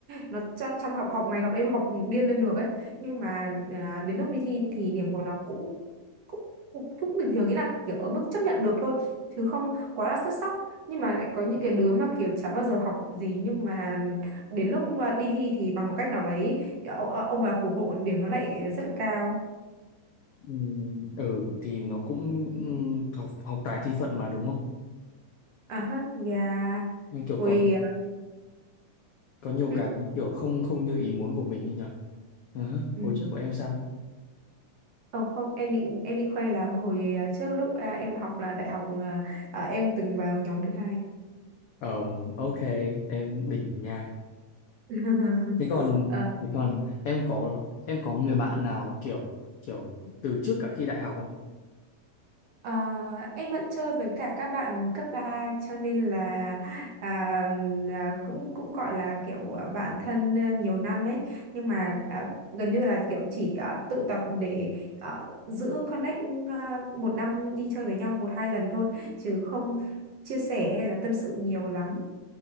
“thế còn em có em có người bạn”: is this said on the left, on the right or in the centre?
Left